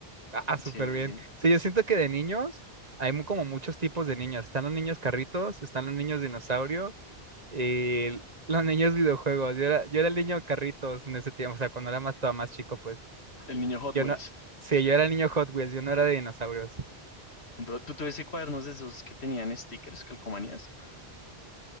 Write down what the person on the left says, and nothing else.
Sí, sí,
sí.
El niño Hot
Wheels.
Bro, ¿tú tuviste cuadernos de esos que tenían stickers, calcomanías?